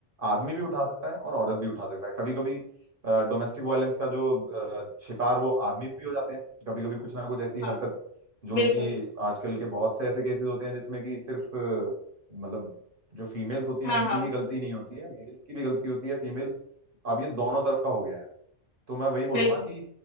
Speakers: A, on the right (about 50°); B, on the left (about 45°).
A: आदमी भी उठा सकता है और औरत भी उठा सकता है कभी कभी डोमेस्टिक वायलेंस का जो अ, शिकार वो आदमी भी हो जाते हैं कभी कभी कुछ ना कुछ ऐसी
B: हाँ
A: हरकत जो
B: बिल्कुल
A: उनकी आजकल के बहुत से ऐसे केसेस होते हैं जिसमें कि सिर्फ अ, मतलब जो फीमेल्स होती
B: हाँ
A: हैं उनकी
B: हाँ
A: ही गलती नहीं होती है मेल्स की भी गलती होती है फीमेल अब ये दोनों तरफ का हो गया है तो मैं वही बोलूंगा
B: बिल्कुल
A: कि